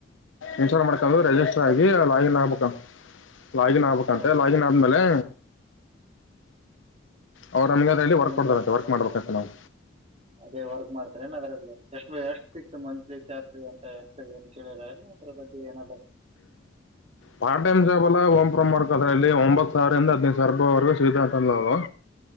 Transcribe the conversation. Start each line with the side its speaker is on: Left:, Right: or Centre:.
Left: ಇನ್ಸ್ಟಲ್ ಮಾಡ್ಕು
Right: ಹೌದಾ
Left: ೆಜಿಸ್ಟರ್ ಆಗಿ
Right: ಬರ್ತದೆ
Left: ಲಾಗಿನ್ ಆಗ್ಬೇಕ ಲಾಗಿನ್ ಆಗ್ಬೇಕಂತೆ
Right: ಹೌದಾ
Left: ಲಾಗಿನ್ ಆದ್ಮೇಲೆ ಅವ್ರು ನಮ್ಗೆ ಅದ ಹೇಳಲ್ಲಿ ವರ್ಕ್
Right: ನಿಮ್ಗೆ
Left: ಮಾಡತಾರಂತೆ ವರ್ಕ್ ಮಾಡ್ಬೇಕಂತ ನಾವು
Right: ಅದೇ ವರ್ಕ್ ಮಾಡ್ತಾರೆನ ಅದ್ರಲ್ಲಿ ಎಷ್ಟು ಎಷ್ಟು ಸಿಕ್ತು ಮಂತ್ಲಿ ಸ್ಯಾಲ್ರಿ ಅಂತ ಎಷ್ಟು ಏನ್ ಕೇಳರಲ್ಲ ಅದ್ರ ಬಗ್ಗೆ ಏನಾದ್ರು
Left: ಪಾರ ಟೈಮ ಜ ಲ ಓಂ ಪ್ರಮಾರ್ಕ್ ಅದ್ರ ಇಲ್ಲಿ ಒಂಬತ್ತು ಸಾವಿರದಂದ ಹದ್ದು ಸಾವಿರವರೆಗ ಸ್ಧಾಂತಲ್ಲವು